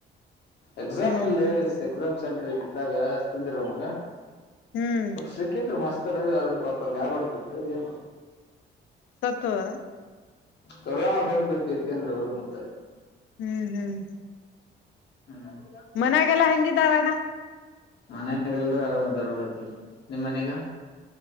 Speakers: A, on the left; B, on the left.
A: ಎಕ್ಸಾಮ್
B: ಹ್ಮ್
A: ಇಲ್ಲಿ
B: ಹ್ಮ್
A: ಎಕ್ಸಾಮ್ ಸೆಂಟ್ರರ್ ಇದ್ದಿದ್ದಾಗ ಅಷ್ಟತಿದ್ರ ಮಗ
B: ಹ್ಮ್
A: ಸಿಕ್ಕಿದ್ರು ಮಸ್ತರ್ ಆದದ್ರ ಪಾಪಂಗ ಗಾಯಬಡ್ತ ಏ
B: ಸತ್ದರ
A: ಕೊರೋನಾ ಬಂದು ಕಿರಿಕ ಅಂದ್ರ ಅವರು ಮತ್ತ
B: ಹ್ಮ್ ಹ್ಮ್
A: ಹ್ಮ್
B: ಮನ್ಯಾಗೆಲ್ಲಾ ಹೆಂಗಿದ್ದಾರಣ್ಣ
A: ಮನೆಯಾಗಲ್ರೂ ಆರಾಮ್ ಅದ ರೋಡಕಿ ನಿಮ್ಮ್ ಮನಗ